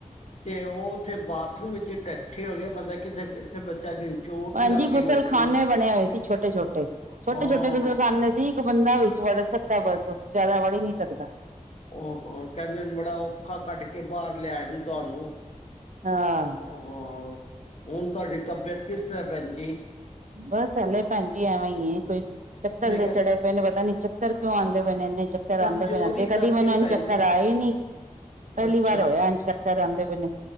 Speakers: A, on the left; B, on the right.
A: ਤੇ ਉਹ ਉੱਥੇ ਬਾਥਰੂਮ ਵਿੱਚ ਇਕਠੇ ਹੋ ਗਏ ਪਤਾ ਕਿੱਥੇ- ਬੱਚਾ ਦੀ ਚੋਟ
B: ਹਾਂਜੀ
A: ਲੱਗ
B: ਗੁਸਲਖਾਨੇ
A: ਗਈ ਹੋਗੀ
B: ਬਣੇ ਹੋਏ ਸੀ ਛੋਟੇ-ਛੋਟੇ, ਛੋਟੇ-ਛੋਟੇ
A: ਹਾਂ
B: ਗੁਸਲਖਾਨੇ ਸੀ ਇੱਕ ਬੰਦਾ ਵਿੱਚ ਵੜ ਸਕਦਾ ਬਸ ਉਸ 'ਚ ਜ਼ਿਆਦਾ ਵੜ ਹੀ ਨੀ ਸਕਦਾ।
A: ਉਹ ਕਹਿੰਦੇ ਬੜਾ ਔਖਾ ਕੱਢ ਕੇ ਬਾਹਰ ਲਿਆ ਇਹਨੂੰ। ਤੁਹਾਨੂੰ
B: ਹਾਂ
A: ਹਾਂ, ਹੁਣ ਤੁਹਾਡੀ ਤਬੀਅਤ ਕਿਸ ਤਰ੍ਹਾਂ ਭੈਣ ਜੀ?
B: ਬਸ ਹਲੇ ਭੈਣ ਜੀ ਐਵੇਂ ਈ ਏ ਕੋਈ ਚੱਕਰ
A: ਮੈਂ
B: ਦੇ
A: ਕਿਹਾ
B: ਚੜੇ ਪੈਨੇ ਪਤਾ ਨੀ ਚੱਕਰ ਕਿਉਂ ਆਂਦੇ ਪਏ ਨੇ ਇੰਨੇ ਚੱਕਰ
A: ਕਮਜ਼ੋਰੀ
B: ਆਂਦੇ ਪਏ ਨੇ ਅੱਗੇ ਕਦੀ
A: ਕਰਕੇ
B: ਮੈਨੂੰ ਇੰਝ
A: ਭੈਣ
B: ਚੱਕਰ
A: ਜੀ
B: ਆਏ ਈ ਨੀ, ਪਹਿਲੀ
A: ਅੱਛਾ
B: ਵਾਰ
A: ਅੱਛਾ
B: ਹੋਇਆ ਇੰਝ ਚੱਕਰ ਆਂਦੇ ਪਏ ਨੇ।